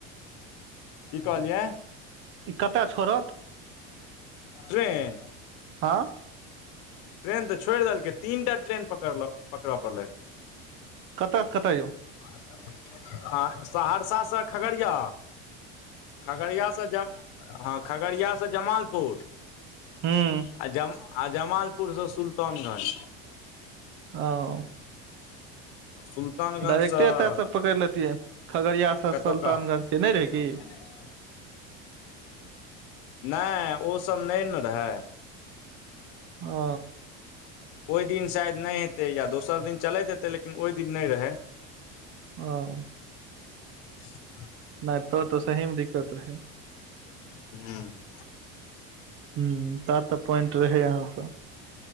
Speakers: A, on the left; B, on the right.
A: कि कहलियै?
B: ई कतऽ छोड़त?
A: ट्रेन
B: हाँ?
A: ट्रेन तऽ छोड़ि देलकै। तीनटा ट्रेन पकड़लौ, पकड़ऽ पड़लै।
B: कतऽ से कतऽ यौ?
A: <unintelligible> सहरसासे खगड़िया। खगड़िया से जंं हँ खगड़िया से जमालपुर,
B: हूँ
A: आ ज आ जमाल पुर से सुल्तानगंज।
B: आओ
A: सुल सुल्तानगंज
B: डायरेक्टे
A: सऽ-
B: एतय सँ पकड़ि लेतियै खगड़िया सँ
A: कतौका,
B: सुल्तानगंज से नहि रहै
A: कदम
B: की
A: खेने छीयै? नै ओ सब नै न रहै।
B: ओ
A: ओइ दिन शायद नै हेतै या दोसर दिन चलैत हेतै लेकिन ओइ दिन नै रहै।
B: <inaudible>
A: <inaudible>
B: नाय तो-तो सही मे दिक्कत रहै।
A: हम्म
B: हम्म ता त प्वाइंट रहै अहाँ क।